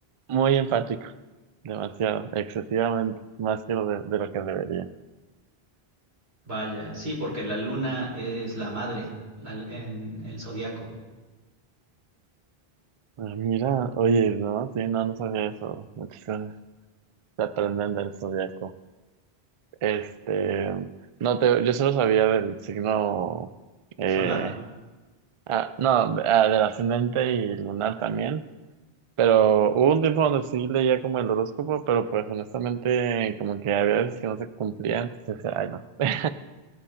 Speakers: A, on the right (about 50°); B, on the right (about 80°).
A: Muy enfático, demasiado, excesivamente, más que lo de, de lo que debería.
B: Vaya, sí, porque la luna es la madre la- en el zodiaco
A: Ah, mira, oye, no, sí, no, no sabía eso. Muchas cosas se aprenden del zodiaco. Este, no te, yo solo sabía del signo, eh,
B: solar.
A: ah, no, ah, del ascendente y lunar también, pero hubo un tiempo donde sí leía como el horóscopo, pero pues honestamente como que había veces que no se cumplía, entonces decía, ay no. <laughs>